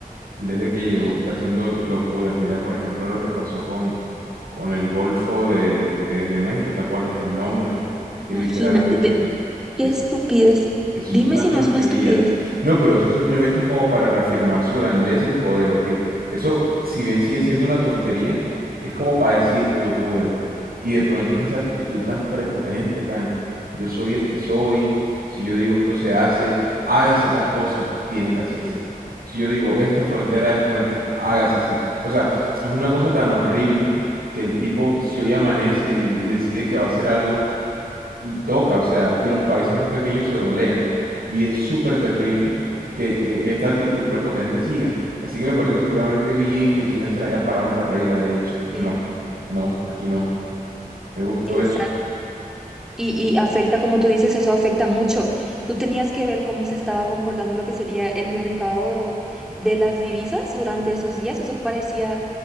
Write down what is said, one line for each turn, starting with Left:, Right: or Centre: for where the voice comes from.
Right: Desde que llegó
Centre: hmm,
Right: está haciendo locuras. Mira, por ejemplo, lo que pasó con, con el Golfo de, de- de México. ¿Te acuerdas el nombre?
Centre: imagínate,
Right: Que literalmente
Centre: te- qué
Right: es,
Centre: estupidez.
Right: eso
Centre: Dime
Right: es una
Centre: si
Right: tontería.
Centre: no es una estupidez.
Right: No, pero eso simplemente es como para reafirmar su grandeza y poder, ¿ok? Eso, si bien sigue siendo una tontería, es como para decir yo puedo. Y de pronto es esa actitud tan prepotente, tan yo soy el que soy, si yo digo esto se hace, hágase tal cosa, tiene que hacerse.
Centre: Sí,
Right: Si yo digo esta frontera es nuestra, hágase así. O sea, es una cosa tan horrible que el tipo, si hoy amanece y, y decide que va a hacer algo, toca, o sea, y los países más pequeños se doblegan. Y es súper terrible que, que- que esta actitud prepotente siga. Así que me parece supremamente bien que China se la haya parado en la raya y le haya dicho, no,
Centre: sí,
Right: no, aquí no. Me gustó
Centre: sí.
Right: eso.
Centre: Y, y afecta, como tú dices, eso afecta mucho. Tú tenías que ver cómo se estaba comportando lo que sería el mercado de las divisas durante esos días. Eso parecía,